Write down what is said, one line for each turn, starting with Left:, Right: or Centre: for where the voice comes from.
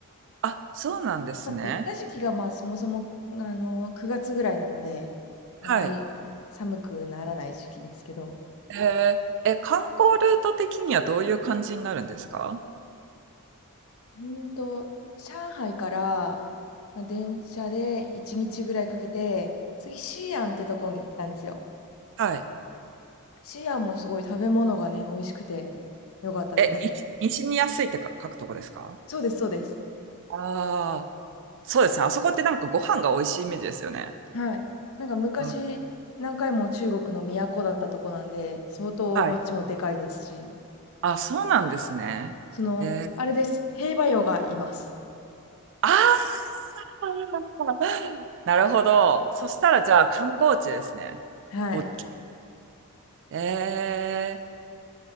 Right: あ、そうなんですね。
Left: まあ、でも行った時期がまあそもそも、あの、9月ぐらいなので、
Right: はい。
Left: あまり寒くならない時期ですけど、
Right: えーえ、観光ルート的にはどういう感じになるんですか
Left: うーんと、上海から、まあ、電車で1日ぐらいかけて、次、西安ってとこに行ったんですよ。
Right: はい。
Left: シアンもすごい食べ物がね、美味しくて良かったです。
Right: え、西、西に安いってか書くとこですか
Left: そうです、そうです。
Right: ああー、そうですね。あそこってなんかご飯が美味しいイメージですよね。
Left: はい。なんか昔、
Right: うん
Left: 何回も中国の都だったとこなんで、相当街もでかいですし、
Right: はい。あ、そうなんですね。
Left: その、
Right: えー、
Left: あれです。兵馬俑がいます。
Right: あーなるほど。そしたらじゃあ観光地ですね。
Left: はい。
Right: 大きい。
Left: や
Right: えー、